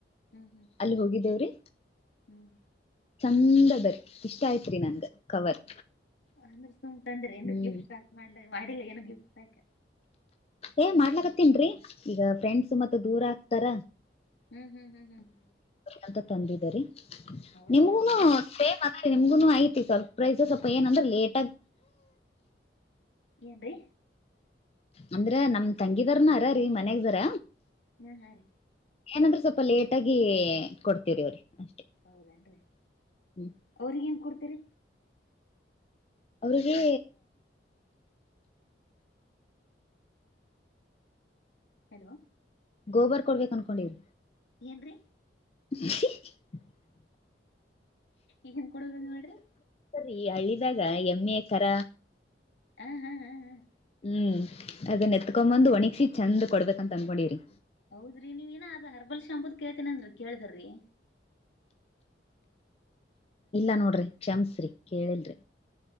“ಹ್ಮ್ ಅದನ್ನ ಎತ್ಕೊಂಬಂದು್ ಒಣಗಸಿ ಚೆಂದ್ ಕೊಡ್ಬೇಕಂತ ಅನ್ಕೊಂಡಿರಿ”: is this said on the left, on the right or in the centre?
Left